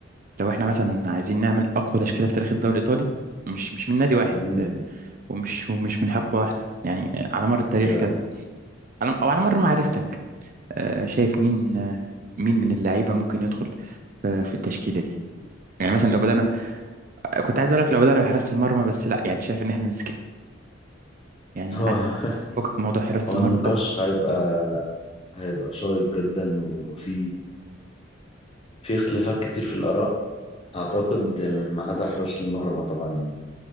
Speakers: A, on the right; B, on the left.
A: لو احنا مثلا عايزين نعمل اقوى تشكيله في تاريخ الدوري الايطالي مش مش من نادي واحد
B: امم
A: آه، ومش ومش من حقبه واحده يعني آه، على مر التاريخ
B: ده
A: كده على او على مر معرفتك آه، شايف مين آه، مين من اللعيبه ممكن يدخل في في التشكيله دي يعني مثلا لو بدأنا كنت عايز اقول لك لو بدأنا بحراسة المرمى بس لا يعني شايف ان احنا يعني
B: هو
A: نعدي
B: <laughs>
A: فكك من موضوع حراسة
B: هو
A: المرمى
B: النقاش
A: ده
B: هيبقى هيبقى شيق جدا وفي في اختلافات كتير في الآراء اعتقد ما عدا حراس المرمى طبعا يعني